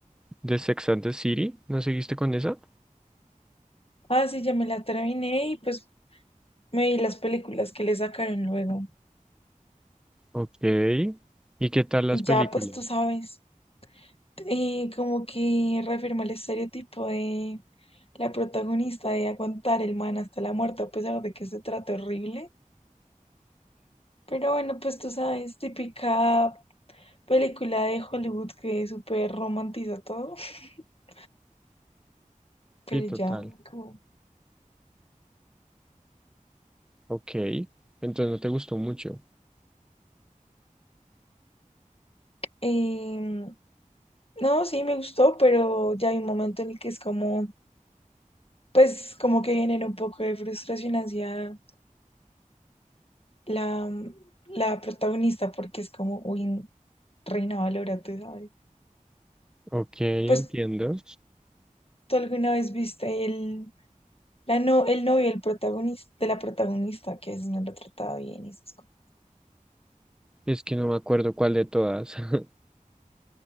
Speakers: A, in the centre; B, on the left (about 45°).
A: de Sex and the City, ¿no seguiste con esa?
B: Ah, sí, ya me la terminé y pues me vi las películas que le sacaron luego.
A: Ok, ¿y qué tal las
B: Y
A: películas?
B: ya, pues tú sabes. eh, como que reafirma el estereotipo de la protagonista de aguantar el man hasta la muerte, a pesar de que se trata horrible. Pero bueno, pues tú sabes, típica película de Hollywood que súper romantiza todo. <laughs> Pero
A: Sí, total,
B: ya, como...
A: ok, entonces no te gustó mucho.
B: em, no, sí, me gustó, pero ya hay un momento en el que es como, pues como que genera un poco de frustración hacia la, la protagonista, porque es como, uy, reina valora, tú sabes.
A: Ok,
B: Pues,
A: entiendo.
B: ¿tú alguna vez viste el, la no, el novio el protagonista, de la protagonista, que a veces no lo trataba bien y esas cosas?
A: Es que no me acuerdo cuál de todas. <laughs>